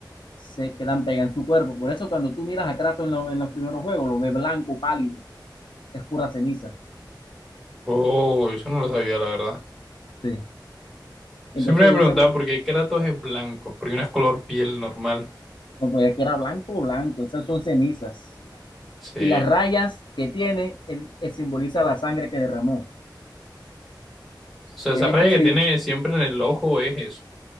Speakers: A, on the left; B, in the centre.
A: se quedan pegadas en su cuerpo. Por eso cuando tú miras a Kratos en, lo- en los primeros juegos, lo ves blanco, pálido, es pura ceniza.
B: Oh, eso no lo sabía, la verdad.
A: Sí. Entonces
B: Siempre me
A: de
B: preguntaba
A: esa,
B: por qué Kratos es blanco, porque no es color piel normal.
A: no puede que era blanco, blanco, esas son cenizas.
B: Sí.
A: Y las rayas que tiene, él- él simboliza la sangre que derramó.
B: O sea,
A: Que
B: esa
A: ves
B: raya
A: que si
B: que tiene siempre en el ojo es eso.